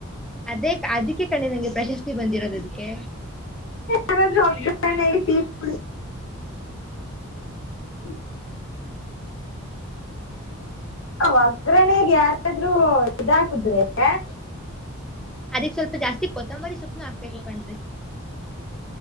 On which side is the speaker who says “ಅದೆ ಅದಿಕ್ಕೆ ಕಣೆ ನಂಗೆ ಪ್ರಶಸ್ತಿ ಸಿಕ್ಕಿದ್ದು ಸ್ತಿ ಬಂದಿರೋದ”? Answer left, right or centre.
Centre